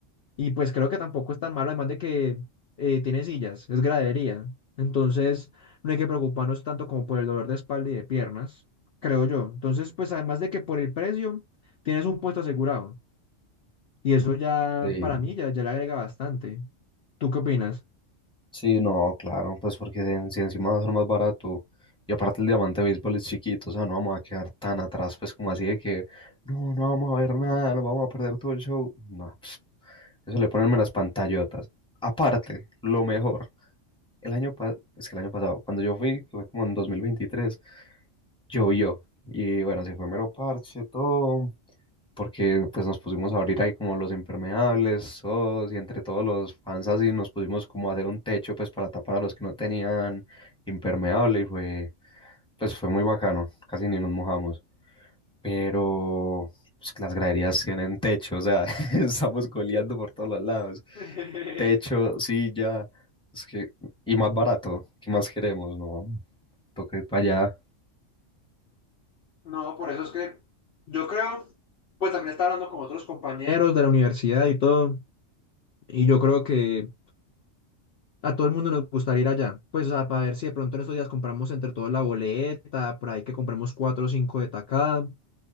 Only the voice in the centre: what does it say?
Sí.
Sí, no, claro, pues porque si en- si encima va a ser más barato y aparte el diamante de béisbol es chiquito, o sea, no vamos a quedar tan atrás, pues como así de que no, no vamos a ver nada, no vamos a perder todo el show. No, pss, eso le ponen las pantallotas. Aparte, lo mejor, el año pasado, es que el año pasado, cuando yo fui, que fue como en 2023, llovió y bueno, se fue mero parche, todo, porque pues nos pusimos a abrir ahí como los impermeables, todos, y entre todos los fans así nos pusimos como a hacer un techo pues para tapar a los que no tenían impermeable y fue, pues fue muy bacano, casi ni nos mojamos, pero pues que las graderías tienen techo, o sea, <laughs> estamos goleando por todos los lados,
techo, silla, es que, y más barato, ¿qué más queremos? No, toca ir para allá.